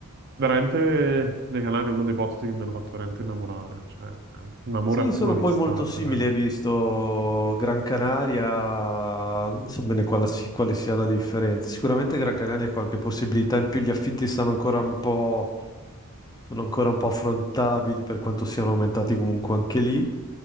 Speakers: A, on the right; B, on the left.
A: veramente le Canarie è uno dei posti che mi hanno fatto veramente innamorare. Cioè, eh, un amore
B: Sì,
A: a prima
B: sono
A: vista
B: poi molto
A: rappresenta.
B: simili, hai visto Gran Canaria, non so bene quale, si- quale sia la differenza. Sicuramente Gran Canaria ha qualche possibilità in più, gli affitti stanno ancora un po' sono ancora un po' affrontabili per quanto siano aumentati comunque anche lì.